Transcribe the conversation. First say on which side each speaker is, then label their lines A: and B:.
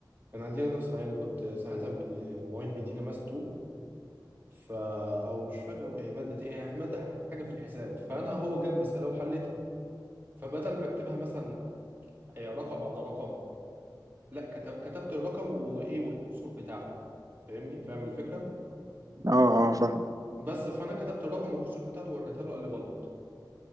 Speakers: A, on the right; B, on the right.
A: كان عندنا نفس العيان كنت ساعتها بيدي معيد بيدينا ماس 2 فا او مش فاكر ايه ماده ايه ماده حاجه في الحساب فانا هو جاب مساله وحلتها فبدل ما اكتبها مثلا آه، رقم على رقم لا كتب كتبت الرقم وايه والكسور بتاعته فاهمني فاهم الفكره
B: اه اه آه،
A: بس فانا كتبت الرقم والكسور بتاعته ووريتها له قال لي غلط